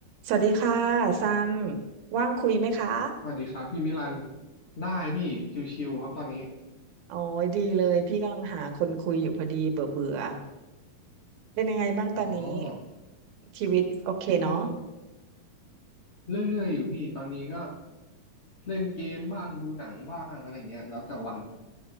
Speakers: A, on the right; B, on the left.
A: สวัสดีค่ะซันว่างคุยไหมคะ
B: สวัสดีครับพี่มิลันได้พี่ชิวๆครับตอนนี้
A: โอ้ยดีเลยพี่กำลังหาคนคุยอยู่พอดีเบื่อเบื่อเป็นยังไงบ้างตอนนี้
B: อ๋อ
A: ชีวิตโอเคเนาะ
B: ก็เรื่อยๆอยู่พี่ตอนนี้ก็เล่นเกมบ้างดูหนังบ้างอะไรเงี้ยแล้วแต่วัน